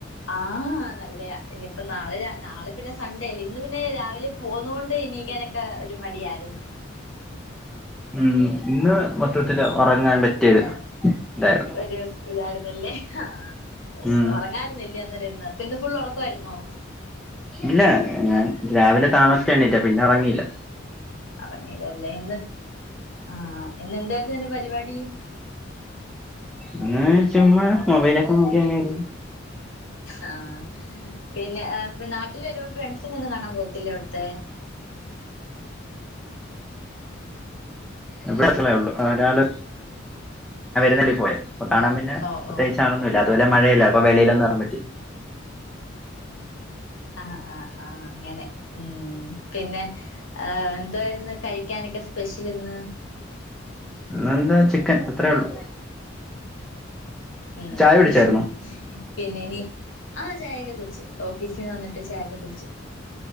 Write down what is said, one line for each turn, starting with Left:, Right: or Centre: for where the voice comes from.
Left: ആഹ് നല്ലയാ ഇനിയിപ്പ നാളെ നാളെ പിന്നെ സണ്ടേ അല്ലേ ഇന്ന് പിന്നെ രാവിലെ പോന്നൊണ്ട് ഇനീക്കാനൊക്കെ ഒരു മടിയായിരുന്നു.
Centre: ഉം ഇന്ന് മൊത്തത്തില്
Left: ഉം.
Centre: ഉറങ്ങാൻ പറ്റിയരു ഇതായിരുന്നു.
Left: ഒരു ഇതായിരുന്നല്ലേ ആഹ് പക്ഷെ
Centre: ഉം
Left: ഉറങ്ങായിരുന്നില്ലേ അന്നേരംന്ന് അപ്പൊ ഇന്ന് ഫുള് ഉറക്കയിരുന്നോ?
Centre: ഇല്ല ഞാൻ രാവിലെ താമസിചാണിറ്റാ പിന്നെ ഒറങ്ങിയില്ല.
Left: അപങ്ങിലല്ലേ ഇന്ന് ആഹ് ഇന്ന് എന്തായിരുന്നന്നെ പരിപാടി?
Centre: ഇന്ന് ചുമ്മാ മൊബൈലൊക്കെ നോക്കിയങരു
Left: ആഹ് പിന്നെ നാട്ടിലൊരു ഫ്രണ്ട്സിനൊന്നും കാണാൻ പോവത്തില്ലേ അവിടുത്തെ?
Centre: എവിടെ സ്ഥലേ ഉള്ളു ഒരാൾ <unintelligible> അപ്പ കാണാൻ പിന്നെ
Left: ഓഹ്
Centre: പ്രത്യേകിച്ച്
Left: ഓഹ്
Centre: ആളോന്നില്ല അതോല മഴയല്ലപ്പ
Left: ഓഹ്.
Centre: വളിയിലൊന്നുംറൻ പറ്റി
Left: ആഹ് ആഹ് ആഹ് അങ്ങനെ ഉം പിന്നെ ഏഹ് എന്തോയിരുന്നു കഴിക്കാനൊക്കെ സ്പെഷ്യൽ ഇന്ന്
Centre: ഇന്നെന്താ ചിക്കൻ, അത്രയേ ഉള്ളു
Left: ഉം
Centre: ചായ കുടിച്ചായിരുന്നോ
Left: പിന്നെ ഇനി ആഹ് ചായയൊക്കെ കുടിച്ച്. ഓഫീസിൽ നിന്ന് വന്നിട്ട് ചായൊക്കെ കുടിച്ചു.